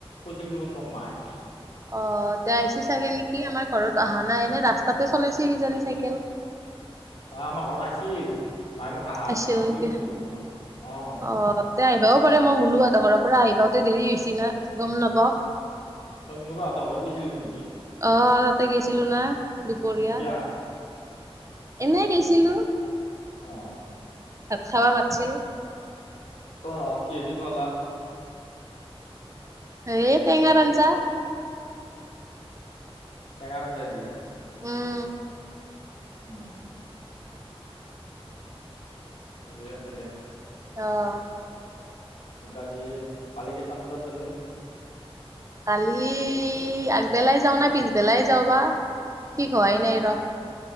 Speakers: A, on the left; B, on the right.
A: কৈছিল দেখোন মোক মায়ে।
B: অঁ এতিয়া আহিছি চাগে নেকি আমাৰ ঘৰত অহা নাই এনে ৰাস্তাতে চলাইছে কিজানি চাইকেল।
A: হয়। <unintelligible> হয় আমাৰ ঘৰত আছিল মায়ে মোক আহা
B: আছিল
A: আহা বুলি
B: নেকি
A: কৈছ দেখোন অঁহ।
B: অ' তে আহিবওঁ পাৰে মই মোলোহঁতৰ ঘৰ পৰা আহিওঁতে দেৰি হৈছ না। গম নাপাওঁ।
A: অঁ তই কোনোবা এটা ঘৰত গৈছিলি নেকি।
B: অঁ তাতে গৈছিলো না দুপৰীয়া।
A: কিয়া
B: এনে গেইছিলোঁ।
A: অঁ।
B: তাত ভাত খাঁব মাতিছিল।
A: অঁ কিদি খলা।
B: হেৰি টেঙাৰ আঞ্জা।
A: তেঙা আজ্ঞা দি।
B: উম।
A: অহ। ঠিকেই আছে দে।
B: অ'হ।
A: এতিয়া কি, কালি কেইটামান বজাত যাবি?
B: কালি, আগবেলাই যাওঁ নে পিছবেলাই যাওঁ বা? ঠিক হোৱাই নাই, ৰ